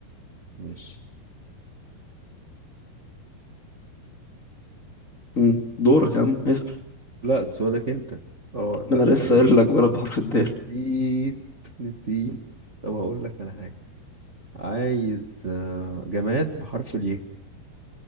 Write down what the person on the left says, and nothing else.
مم، دورك يا عم اسأل
ما انا
لسه
قايل
لك بلد بحرف الدال